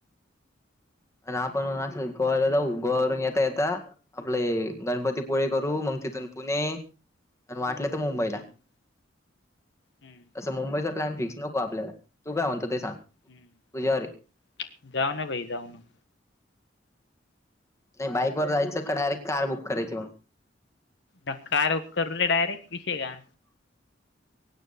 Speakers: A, on the left; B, on the left.
A: आणि आपण असं गोव्याला जाऊ गोवावरून येता येता आपले गणपतीपुळे करू मग तिथून पुणे आणि वाटलं तर मुंबईला
B: हम्म हम्म
A: तसं मुंबईच प्लॅन फिक्स नको आपल्याला तू काय म्हणतो ते सांग
B: हम्म
A: तुझ्यावर आहे
B: जाऊ ना भाई जाऊ ना.
A: नाही बाईकवर जायचं का डायरेक्ट कार बुक करायची मग?
B: कार करूले डायरेक्ट विषय का.